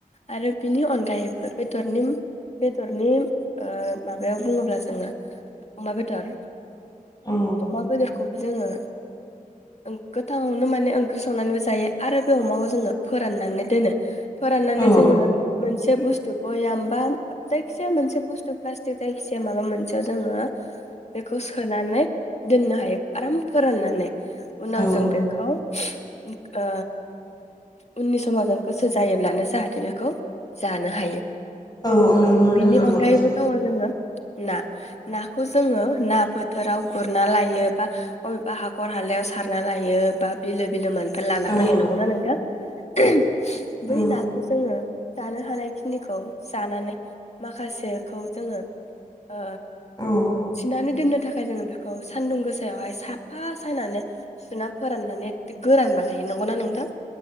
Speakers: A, on the left; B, on the left.
A: आरो बिनि अनगायैबो बेरनि बेदरनि ओ माबायाव बुङोब्ला जोंङो अमा बेदर
B: औ
A: अमा बेदरखौ। जोंङो ओ गोथाङावनो माने ओंख्रि संनानैबो जायो आरो बे अमाखौ जोंङो फोराननानै दोनो फोराननानै
B: औ
A: जोंङो मोनसे बुस्थु भयाम बा जायखिजाया मोनसे बुस्थु प्लास्टिक जायखिजाया माबा मोनसेयाव जोंङो। बेखौ सोनानै। दोन हायो आराम फोराननानै। उनाव
B: औ
A: जों बेखौ। ओ उननि समाव जों गोसो जायोब्लानो जाहाथे बेखौ जानो हायो।
B: औ औ नंगौ नोंथां
A: बिनि
B: नंगौ
A: अनगायैबो दंङ जोंङो। ना नाखौ जोंङो ना बोथोराव गुरना लायो। बा बबेबा हाखर हालायाव सारना लायो बा बिलो बिलो मोन। ओमफ्राय लाना
B: औ
A: फैयो नंगौनाा नोंथां। <unintelligible>
B: औ
A: बै नाखौ जोंङो। जानो हानायखिनिखौ जानानै माखासेखौ जोंङो ओ
B: औ
A: थिन्नानै दोननो थाखाय जोंङो बेखौ सान्दुं गोसा। सायावहाय साफा सायनानै सुना फोराननानै गोरान बानायो नंगौना नोंथां